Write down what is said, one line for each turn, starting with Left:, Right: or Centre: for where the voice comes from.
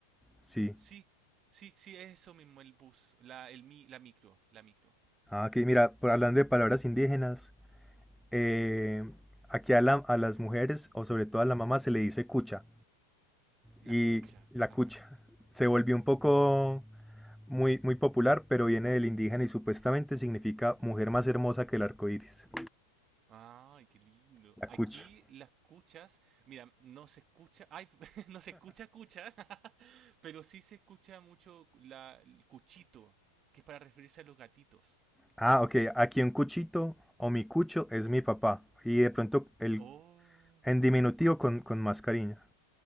Centre: sí.
Right: Sí, sí, sí, es eso mismo, el bus, la, el, mi- la micro, la micro,
Centre: Ah, aquí mira, por- hablando de palabras indígenas, eh, aquí a, la- a las mujeres o sobre todo a la mamá se le dice cucha
Right: la
Centre: y
Right: cucha.
Centre: la
Right: Ay,
Centre: cucha
Right: perdón.
Centre: se volvió un poco muy, muy popular, pero viene del indígena y supuestamente significa mujer más hermosa que el arco iris.
Right: Ay, qué lindo.
Centre: La
Right: Aquí
Centre: cucha.
Right: las cuchas, mira, no se escucha, ay, <laughs> no se escucha cucha, <laughs> pero sí se escucha mucho la, el cuchito, que es para referirse a los gatitos.
Centre: Ah,
Right: Un cuchito.
Centre: ok. Aquí un cuchito o mi cucho es mi papá. Y de pronto el
Right: Oh.
Centre: en diminutivo con, con más cariño.